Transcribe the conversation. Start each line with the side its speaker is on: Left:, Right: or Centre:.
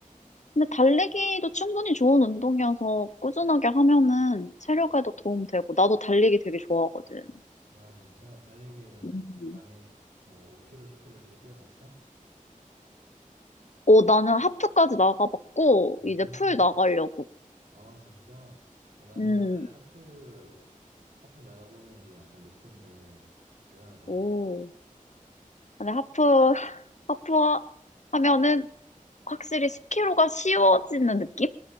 Left: 근데 달리기도 충분히 좋은 운동이어서 꾸준하게 하면은 체력에도 도움 되고, 나도 달리기 되게 좋아하거든.
Right: 아 진짜 달리기는
Left: 음.
Right: 많이 뭐 5km, 10km 이렇게 뛰어봤어?
Left: 오, 나는 하프까지 나가봤고,
Right: 음.
Left: 이제 풀 나가려고.
Right: 아 진짜? 아 나는
Left: 음,
Right: 올해 하프 하프 나가보는 게 약간 목표인데 대단하다.
Left: 오. 근데 하프, <laughs> 하프 하- 하면은 확실히 1 0 k g 가 쉬워지는 느낌?